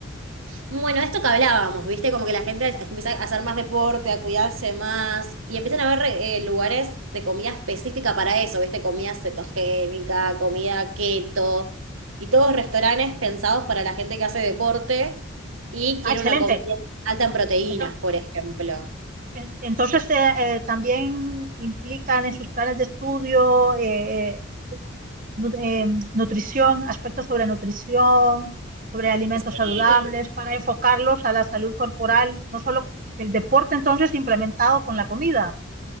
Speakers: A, on the right; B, on the right.
A: Bueno, esto que hablábamos, ¿viste? Como que la gente es- empieza a hacer más deporte, a cuidarse más y empiezan a haber eh, lugares de comida específica para eso, ¿viste? Comida cetogénica, comida keto y todos restaurantes pensados para la gente que hace deporte y
B: Ah,
A: quiere
B: excelente.
A: una comida alta en proteínas,
B: Entonces,
A: por ejemplo.
B: En- Entonces, eh, eh, también implican en sus planes de estudio eh, eh, nu- eh, nutrición, aspectos sobre nutrición, sobre alimentos
A: Sí,
B: saludables, para enfocarlos a la salud corporal, no solo el deporte entonces implementado con la comida.